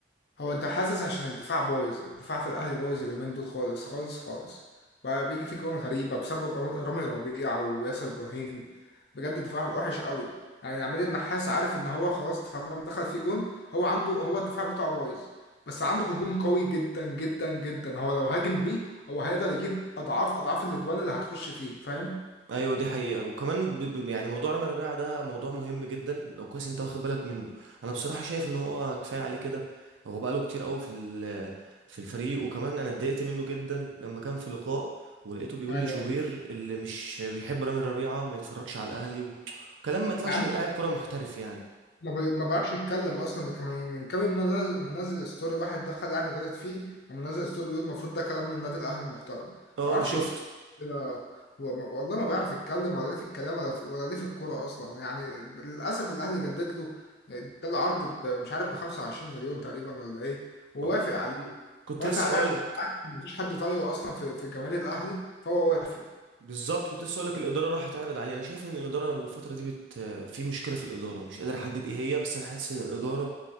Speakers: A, on the left (about 55°); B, on the right (about 75°).
A: هو انت حاسس عشان الدفاع بايظ الدفاع في الاهلي بايظ اليومين دول خالص خالص خالص بقى بيجي في جوان غريبه بسبب رام- رامي ربيعه وياسر ابراهيم بجد الدفاع وحش قوي يعني عماد النحاس عارف ان هو خلاص تمام دخل في جون هو عنده هو الدفاع بتاعه بايظ بس عنده هجوم قوي جدا جدا جدا هو لو هاجم بيه هو هيقدر يجيب اضعاف اضعاف الاجوان اللي هتخش فيه فاهم
B: ايوه دي حقيقة وكمان ب... ب... يعني موضوع رامي ربيعة ده موضوع مهم جدا لو كويس انت واخد بالك منه انا بصراحة شايف ان هو كفاية عليه كده هو بقاله كتير قوي في ال... في الفريق وكمان انا اتضايقت منه جدا لما كان في لقاء ولقيته بيقول
A: ايوه
B: لي شوبير
A: أيوة.
B: اللي مش بيحب رامي ربيعة ما يتفرجش على الاهلي وكلام ما يطلعش
A: يا عم
B: من لاعب كرة محترف يعني
A: ما بي- ما بيعرفش يتكلم اصلا ده كان من كام يوم منزل منزل ستوري واحد دخل يعني غلط فيه قام منزل ستوري بيقول المفروض ده كلام من نادي الاهلي المحترم ما
B: اه
A: بيعرفش
B: انا شفته
A: يتكلم كده هو ما- والله ما بيعرف يتكلم ولا ليه في الكلام ولا في ولا ليه في الكوره اصلا يعني للاسف الاهلي جدد له اداله عرض ب- مش عارف ب 25 مليون تقريبا ولا ايه ووافق
B: آه،
A: عليه
B: كنت
A: وافق
B: لسه
A: عليه
B: اقول
A: عشان مفيش حد طايقه اصلا في في جماهير الاهلي فهو وافق
B: بالظبط كنت لسه اقول لك الاداره راح تعرض عليه انا شايف ان الاداره الفتره دي بت في مشكله في الاداره مش قادر احدد ايه هي بس انا حاسس ان الاداره